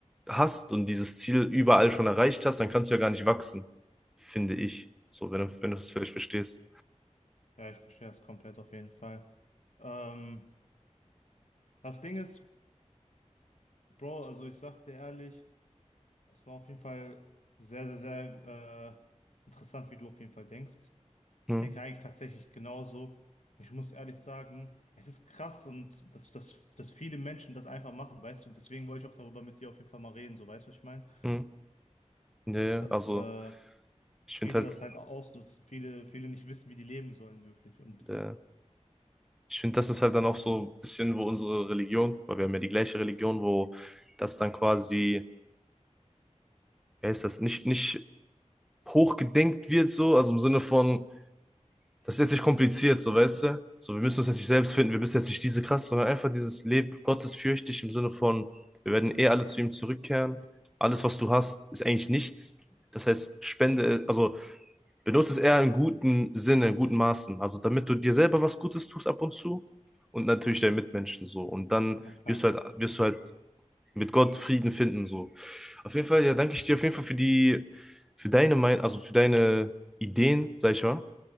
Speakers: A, in the centre; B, on the left (about 70°).
A: hast und dieses Ziel überall schon erreicht hast, dann kannst du ja gar nicht wachsen, finde ich. So, wenn du, wenn du das völlig verstehst.
B: Ja, ich verstehe das komplett auf jeden Fall. Ähm, Das Ding ist, Bro, also ich sag dir ehrlich, es war auf jeden Fall sehr, sehr, sehr äh, interessant, wie du auf jeden Fall denkst. Ich
A: Hm,
B: denke eigentlich tatsächlich genauso. Und ich muss ehrlich sagen, es ist krass und dass, dass, dass viele Menschen das einfach machen, weißt du? Und deswegen wollte ich auch darüber mit dir auf jeden Fall mal reden, so weißt du, was ich meine?
A: hm. Ja, ja,
B: Und dass
A: also
B: äh,
A: ich
B: viele
A: finde halt,
B: das halt ausnutzen, viele, viele nicht wissen, wie die leben sollen, wirklich. Und
A: äh, ich finde, das ist halt dann auch so ein bisschen, wo unsere Religion, weil wir haben ja die gleiche Religion, wo das dann quasi, wie heißt das, nicht, nicht hochgedenkt wird, so, also im Sinne von, das ist jetzt nicht kompliziert, so weißt du? So, wir müssen uns jetzt nicht selbst finden, wir müssen jetzt nicht diese krass, sondern einfach dieses Leben gottesfürchtig im Sinne von, wir werden eh alle zu ihm zurückkehren. Alles, was du hast, ist eigentlich nichts. Das heißt, spende, also benutze es eher in guten Sinne, in guten Maßen. Also damit du dir selber was Gutes tust ab und zu und natürlich deinen Mitmenschen so. Und dann
B: na klar.
A: wirst du halt, wirst du halt mit Gott Frieden finden so. Auf jeden Fall, ja, danke ich dir auf jeden Fall für die, für deine Meinung, also für deine Ideen, sag ich mal.